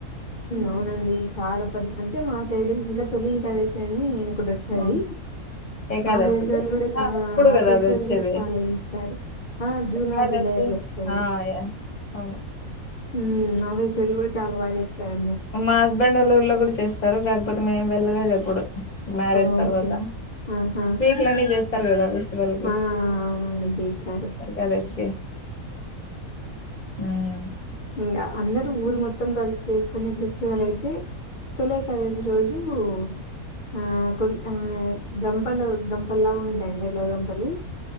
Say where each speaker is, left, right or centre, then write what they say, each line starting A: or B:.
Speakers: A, on the left; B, on the left.
A: అవునండి మ్మ్ చాలా పని అంటే మా శైలికి ఇంకా చలి కలిసినాయి అని ఒకటొసారి
B: ఆ, ఏకాదశికి
A: ఆ ఫెస్టివల్ కూడా ఆ
B: ఇప్పుడు
A: ఆ
B: కదా
A: ఫెస్టివల్
B: అది వచ్చేది
A: కూడా చాలా ఇస్తారు ఆ జూన్
B: ఏకాదశి
A: ఆ జూలై అట్ల్ వస్తాది
B: ఆ యా, అవును
A: మ్మ్ ఆవెస్ చెల్లు కూడా చాలా బాగా చేస్తారు
B: మా హస్బెండ్ ళ్లఊర్లో కూడా చేస్తారు కాక్ కాకపోతే మేం వెళ్ళలేదు ఎప్పుడు మ్యారేజ్
A: ఓకే.
B: తర్వాత
A: ఆహా!
B: స్వీట్లన్నీ చేస్తా చెప్పలి కదా విష్ వెళ్ళదే
A: ఆ! అవునండి చేస్తారు.
B: ఎకాదసి ఉమ్
A: ఇకా అందరూ ఊరు మొత్తం కలిసి చేసుకునే ఫెస్టివల్ అయితే తుల కనేది రోజు ఉమ్ ఆ కొ ఆ గంపలు గంపలాగా ఉండండి ఇలా గంపలు